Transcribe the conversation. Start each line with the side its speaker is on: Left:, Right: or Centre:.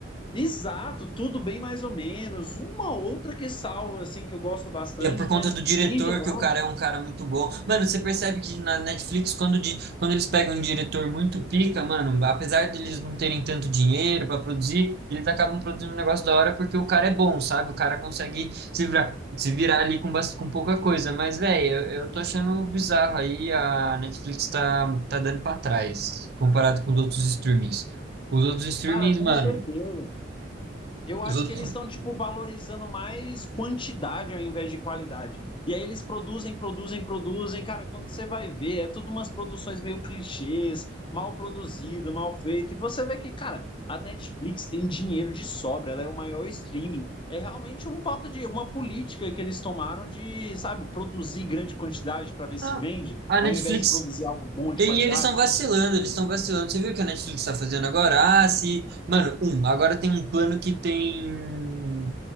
Left: exato, tudo bem mais ou menos. Uma outra que salva, assim, que eu gosto bastante,
Right: E é por conta
Left: mas
Right: do diretor
Left: em geral,
Right: que o cara é um cara muito bom. Mano, você percebe que na Netflix, quando, di- quando eles pegam um diretor muito pica, mano, apesar deles não terem tanto dinheiro pra produzir, eles acabam produzindo um negócio da hora porque o cara é bom, sabe? O cara consegue se virar, se virar ali com, bas- com pouca coisa. Mas, velho, eu, eu tô achando bizarro aí. A Netflix tá, tá dando pra trás comparado com os outros streamings. Os outros streamings,
Left: cara, com
Right: mano.
Left: certeza. Eu acho
Right: Os outros.
Left: que eles estão, tipo, valorizando mais quantidade ao invés de qualidade. E aí eles produzem, produzem, produzem. Cara, quando você vai ver, é tudo umas produções meio clichês, mal produzido, mal feito. E você vê que, cara, a Netflix tem dinheiro de sobra, ela é o maior streaming. É realmente uma falta de uma política que eles tomaram de, sabe, produzir grande quantidade para ver se
Right: Ah,
Left: vende,
Right: a
Left: ao
Right: Netflix
Left: invés de produzir algo bom de
Right: E
Left: qualidade.
Right: eles estão vacilando, eles estão vacilando. Você viu o que a Netflix está fazendo agora? Ah, se. Mano, um, agora tem um plano que tem